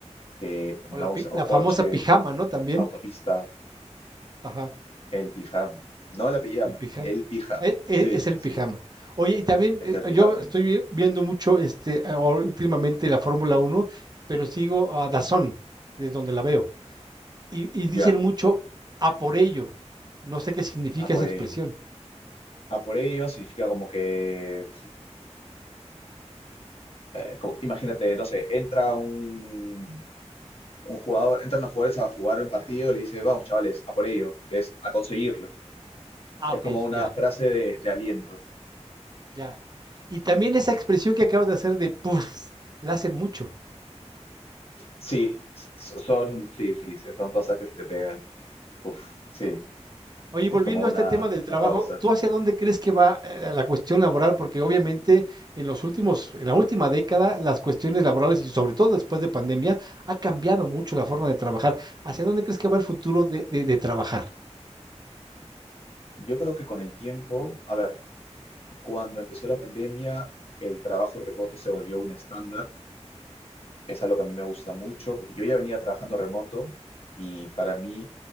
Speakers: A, on the left; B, on the right.
A: que no
B: O la, pi-
A: usa, o
B: la
A: coche,
B: famosa pijama, ¿no? También.
A: autopista,
B: Ajá.
A: El pijama. No la pijama,
B: El pijama.
A: el pijama.
B: Eh, eh,
A: Sí,
B: Es
A: sí,
B: el
A: sí.
B: pijama. Oye, y también
A: Es
B: eh,
A: el pijama.
B: yo estoy
A: ¿eh?
B: vi- viendo mucho este ahora últimamente la Fórmula uno pero sigo a Dazón, es donde la veo. Y, y
A: Ya,
B: dicen mucho a por ello. No sé qué significa
A: a por
B: esa expresión.
A: ello. A por ello significa como que, eh, como- imagínate,
B: Y-
A: no sé, entra un, un jugador, entran los jugadores a jugar un partido y le dice, vamos, chavales, a por ello, que es a conseguirlo.
B: ah,
A: Es
B: ok,
A: como una
B: ya,
A: frase de, de aliento.
B: ya. Y también esa expresión que acabas de hacer de puff, la hacen mucho.
A: Sí, s- s- son, sí, sí, sí, son cosas que se te pegan. Uf, sí,
B: Oye, y
A: que
B: volviendo
A: es como una,
B: a este tema del
A: una
B: trabajo,
A: pausa.
B: ¿tú hacia dónde crees que va, eh, la cuestión laboral? Porque obviamente en los últimos, en la última década, las cuestiones laborales y sobre todo después de pandemia, ha cambiado mucho la forma de trabajar. ¿Hacia dónde crees que va el futuro de, de de trabajar?
A: Yo creo que con el tiempo, a ver, Cuando empezó la pandemia, el trabajo remoto se volvió un estándar. Es algo que a mí me gusta mucho, porque yo ya venía trabajando remoto y para mí